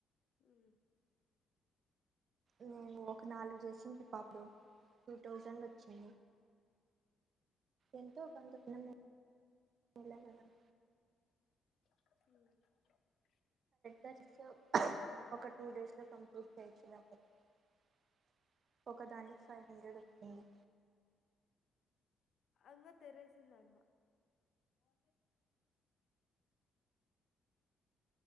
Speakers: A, on the left (about 60°); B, on the right (about 55°).
A: ఇమ్
B: నేను ఒక
A: చూద్దాం
B: నాలుగు చేసింటిప అపుడు టూ థౌజండ్ వచ్చి ఎంతో కొంత తినం <inaudible>
A: ఊ
B: గా చేస్తే ఒక టూ డేస్ లో కంప్లీట్ చేయొచ్చు <inaudible> ఒక దానికి ఫైవ్ హండ్రెడ్ <inaudible>
A: అంగ తెరేసిలేమ్మా ఊ